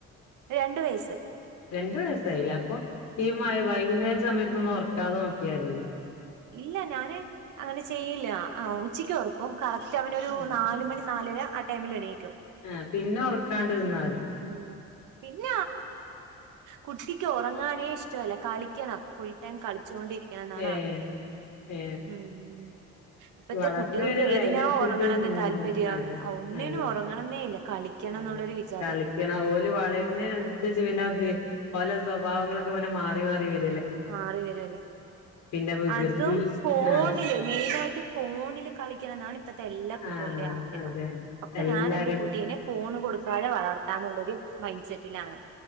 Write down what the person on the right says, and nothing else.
രണ്ട് വയസ്സ്
ഉം
ഇല്ല ഞാന് അങ്ങനെ ചെയ്യില്ല ആ ഉച്ചക്ക് ഉറക്കും കറ പക്ഷെ അവനൊരു
നാല് മണി നാലര ആ ടൈമിൽ എണീ
ഉം പിന്നെ കുട്ടിക്ക് ആ ആ ഉറങ്ങാനേ ഇഷ്ടമല്ല കളി കണം ഫുൾ ടൈം കളിച്ചുകൊണ്ടിരിക്കണം എന്നാണ്
ആഗ്രഹം
ഉം ഇപ്പത്തെ
കുട്ടികൾക്ക്
ഏതിനാ
ഉറങ്ങണന്ന്
താല്പര്യം
ഒന്നിനും
ഉറങ്ങണന്നേ ഇല്ല കളിക്കാ ണം
എന്നരു വിച
ആ അറല്ലല്ലേ
അതും ഫോണില്
മെയിനായിട്ട് ഫോണിൽ കളിക്കണം എന്നാണ് ഇപ്പഴത്തെ എല്ലാ കുട്ടികളുടെയും
ആഗ്രഹം
പക്ഷെ
ഞാൻ എന്റെ കുട്ടീനേ ഫോണ് കൊടുക്കാതെ വളർത്താനുള്ളരു മൈൻഡ് സെറ്റിലാണ്